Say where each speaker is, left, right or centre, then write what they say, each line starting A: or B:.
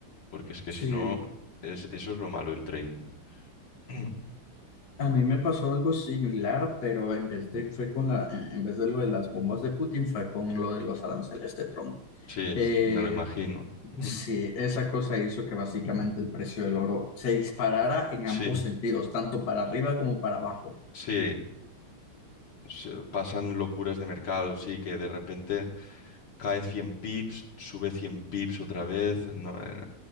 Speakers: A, on the left (about 75°); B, on the left (about 55°).
A: Porque es que
B: Sí.
A: si no, es, eso es lo malo del trading. <clears throat>
B: A mí me pasó algo similar, pero en vez de, fue con la, en vez de lo de las bombas de Putin, fue con lo de los aranceles de Trump.
A: Sí,
B: Eh,
A: sí, me lo imagino. <clears throat> Mm.
B: Sí, esa cosa hizo que básicamente el precio del oro se disparara en
A: Sí,
B: ambos sentidos, tanto para arriba como para abajo.
A: sí, se- pasan locuras de mercado, sí, que de repente cae 100 pips, sube 100 pips otra vez. No, eh,